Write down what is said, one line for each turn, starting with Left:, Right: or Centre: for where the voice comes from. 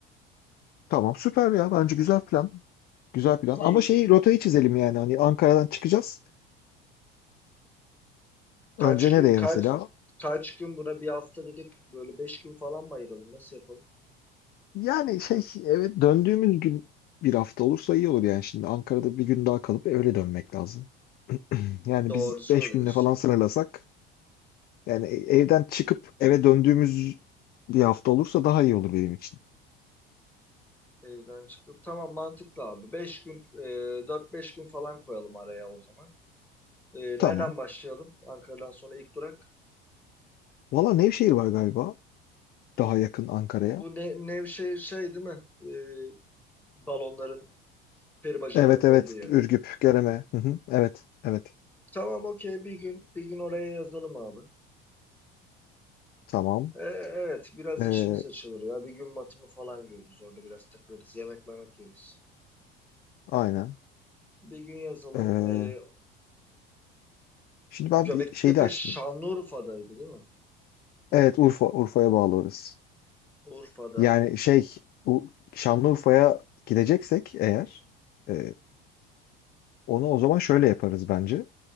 Left: Tamam. Süper ya. Bence güzel plan. Güzel plan.
Centre: E,
Left: Ama şeyi rotayı çizelim yani. Hani Ankara'dan çıkacağız.
Centre: Kaç
Left: Önce nereye
Centre: gün kaç
Left: mesela?
Centre: kaç gün buna bir hafta dedik böyle beş gün falan mı ayıralım nasıl yapalım?
Left: Yani şey evet döndüğümüz gün bir hafta olursa iyi olur yani şimdi Ankara'da bir gün daha kalıp öyle dönmek lazım. Yani
Centre: Doğru
Left: biz
Centre: söylüyorsun.
Left: 5 günde falan sınırlasak yani e, evden çıkıp eve döndüğümüz bir hafta olursa daha iyi olur benim için.
Centre: Evden çıkıp tamam mantıklı abi. Beş gün e, dört beş gün falan koyalım araya o zaman. E,
Left: Tamam.
Centre: nereden başlayalım? Ankara'dan sonra ilk durak.
Left: Valla Nevşehir var galiba daha yakın Ankara'ya.
Centre: Bu ne, Nevşehir şey şey değil mi? E, balonların peri bacalarının
Left: Evet evet
Centre: olduğu yer.
Left: Ürgüp, Göreme. Hı hı, Evet evet
Centre: Tamam okey bir gün bir gün oraya yazalım abi.
Left: tamam.
Centre: E, evet biraz
Left: Ee,
Centre: içimiz açılır ya. Bir gün batımı falan görürüz orada biraz takılırız yemek yemek yeriz.
Left: aynen.
Centre: Bir gün yazalım.
Left: Ee,
Centre: Ee,
Left: şimdi ben
Centre: Göbektepe
Left: bir şey de açtım.
Centre: Şanlıurfa'daydı değil mi?
Left: Evet Urfa, Urfa'ya bağlı orası.
Centre: Urfa'da.
Left: Yani şey bu Şanlıurfa'ya gideceksek eğer e, onu o zaman şöyle yaparız bence.